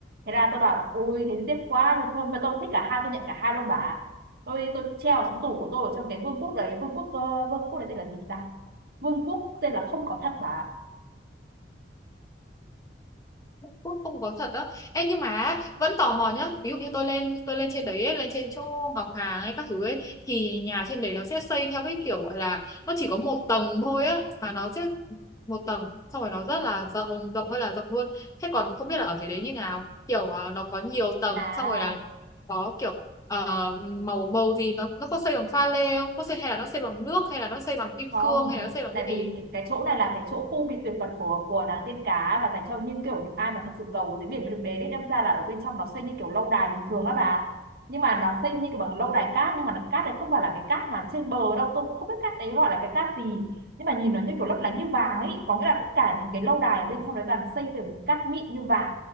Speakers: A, on the right; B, on the left.
A: thế là tôi bảo ui thế thì tiếc quá nhưng mà tôi thích cả hai tôi nhận cả hai luôn bà tôi tôi treo ở trong tủ của tôi ở trong cái vương quốc đấy vương quốc ờ, vương quốc đấy tên là gì ta Vương quốc tên là không có thật bà
B: Cũng không có thật á Ê nhưng mà vẫn tò mò nhá Ví dụ như tôi lên tôi lên trên đấy ấy, Lên trên chỗ Ngọc Hàng hay các thứ ấy Thì nhà trên đấy nó sẽ xây theo cái kiểu gọi là Nó chỉ có một tầng thôi á Mà nó sẽ một tầng Xong rồi nó rất là rộng rộng hay là rộng luôn Thế còn không biết là ở dưới đấy như nào Kiểu ờ, nó có nhiều tầng
A: à
B: Xong rồi là có kiểu ờ, màu màu gì nó nó có xây bằng pha lê không có xây hay là nó xây bằng nước hay là nó xây bằng kim
A: không
B: cương hay là nó xây bằng
A: tại
B: cái gì
A: vì
B: ấy?
A: cái, cái chỗ này là cái chỗ khu bị tuyệt mật của của nàng tiên cá và dành cho những kiểu những ai mà thật sự giàu dưới biển mới được đến đấy đâm ra là ở bên trong nó xây như kiểu lâu đài bình thường á bà nhưng mà nó xây như kiểu bằng lâu đài cát nhưng mà nó cát đấy không phải là cái cát mà trên bờ đâu tôi cũng không biết cát đấy gọi là cái cát gì nhưng mà nhìn nó như kiểu lấp lánh như vàng ấy có nghĩa là tất cả những cái lâu đài ở bên trong đấy là xây từ cát mịn như vàng